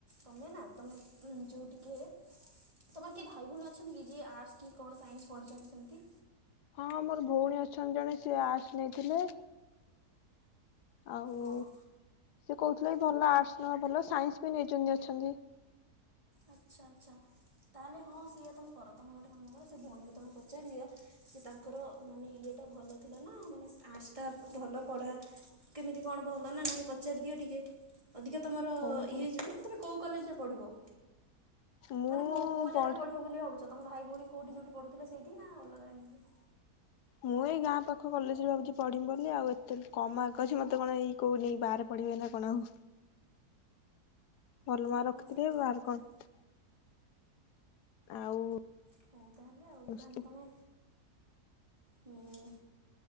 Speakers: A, on the right; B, on the left.
A: ତୋମେ ନା ତୋମେ ଯୋଉ ଟିକେ ତୋମର କିଏ ଭାଇ ଭଉଣୀ ଅଛନ୍ତି କି? ଯିଏ ଆର୍ଟସ୍ କି କଣ ସାଇନ୍ସ ପଢିଚନ୍ତି ସେମିତି?
B: ହଁ ମୋର ଭଉଣୀ ଅଛନ୍ତି ଜଣେ ସିଏ ଆର୍ଟସ ନେଇଥିଲେ। ଆଉ
A: ହଁ
B: ସେ କହୁଥିଲେ ଭଲ ଆର୍ଟସ ନ ଭଲ ସାଇନ୍ସ ବି ନେଇଛନ୍ତି ଅଛନ୍ତି।
A: ଆଚ୍ଛା ଆଚ୍ଛା ତାହେଲେ ହଁ ସେୟା ତମେ କର ତମେ ଗୋଟେ କାମ କର ସେ ଭଉଣୀକୁ ତମେ ପଚାରି ଦିଅ ଯେ ତାଙ୍କର ମାନେ ଇଏଟା ଭଲ ଥିଲା ନା ମାନେ ଆର୍ଟସ ଟା ଭଲ ପଢା କେମିତି କଣ ଭଲ ନା ନାହିଁ ପଚାରି ଦିଅ ଟିକେ। ଅଧିକା ତମର
B: ଓହୋ
A: ଇଏ ହେଇ ଯିବ ନା ତମେ କୋଉ କଲେଜରେ ପଢିବ।
B: ମୁଁ
A: ମାନେ କୋଉ କୋଉ ଜାଗାରେ
B: ପଲ୍
A: ପଢିବ ବୋଲି ଭାବୁଛ। ତମ ଭାଇ ଭଉଣୀ କୋଉଠି ଯୋଉଠି ପଢୁଥିଲେ ସେଇଠି ନା ଅଲଗା ଏମିତି।
B: ମୁଁ ଏଇ ଗାଁ ପାଖ କଲେଜରେ ଭାବୁଛି ପଢିବି ବୋଲି ଆଉ ଏତେ କମ ମାର୍କ ଅଛି ମତେ କଣ ଏଇ କହୁନି ବାହାରେ ପଢିବେ ନା କଣ ହଉ। ଭଲ ମାର୍କ
A: ହଁ
B: ରଖିଥିଲି
A: ସେଇଟା ବି
B: ବାହରେ
A: ଠିକ୍
B: କଣ?
A: କଥା
B: ଆଉ
A: ହଉ ତାହେଲେ ହଉ
B: ଆର୍ଟସ
A: ତାହେଲେ ତମେ ହୁଁ